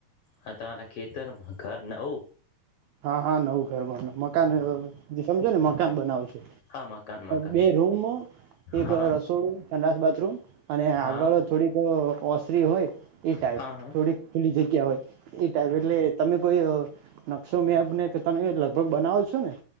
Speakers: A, on the left; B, on the right.
A: હાદના ખેતરમાં ઘર નઓ?
B: હા હા નવુ ઘર <unintelligible> મકાન સમજો ને મકાન બનાવશે
A: હા મકાન મકાન
B: બે રૂમ, એક
A: હા
B: રસોડુંસ, સંડાસ-બાથરૂમ અને આગળ
A: હા
B: થોડીક ઓસરી હોય એ ટાઈપ
A: હા હા
B: થોડીક ખુલ્લી જગ્યા હોય એ ટાઈપ એટલે તમે કોઈ મ મેંને તો તમે લગભગ બનાવો છો ને?